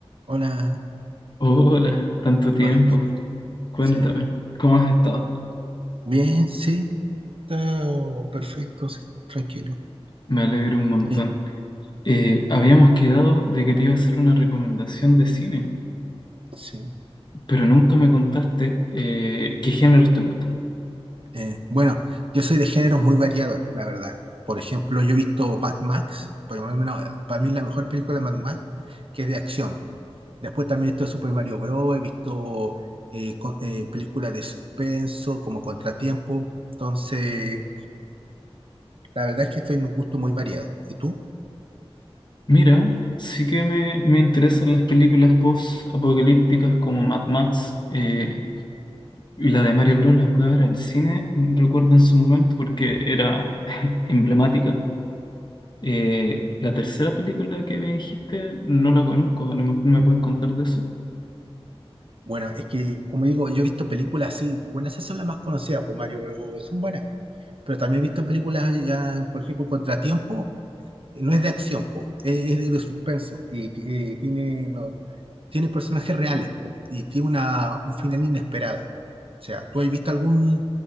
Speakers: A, on the right; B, on the left.
A: Hola,
B: Hola, tanto tiempo.
A: hola.
B: Cuéntame,
A: Sí.
B: ¿cómo has estado?
A: Bien, sí, está perfecto, sí, tranquilo.
B: Me alegro un montón.
A: Eh,
B: Eh, habíamos quedado de que te iba a hacer una recomendación de cine,
A: sí.
B: pero nunca me contaste eh, qué géneros te gustan.
A: Eh, bueno, yo soy de géneros muy variados, la verdad. Por ejemplo, yo he visto Mad Max, por lo menos eh, para mí la mejor película de Mad Max, que es de acción. Después también he visto Super Mario Bros., he visto eh, co- eh, películas de suspenso, como Contratiempo. Entonces, la verdad es que estoy en un gusto muy variado. ¿Y tú?
B: Mira, sí que me, me interesan las películas post-apocalípticas como Mad Max. eh, y la de Mario Bros. la fui a ver al cine, mm, recuerdo en su momento, porque era <laughs> emblemática. Eh, la tercera película que me dijiste no la conozco, a lo mejor me puedes contar de eso.
A: Bueno, es que, como digo, yo he visto películas así, bueno, esas son las más conocidas por Mario, pero son buenas. Pero también he visto películas ya, por ejemplo, Contratiempo, eh, no es de acción, po, es es de, de suspenso y ti- eh, tiene, no, tiene personajes reales po, y tiene una, un final inesperado. O sea, ¿tú has visto alguna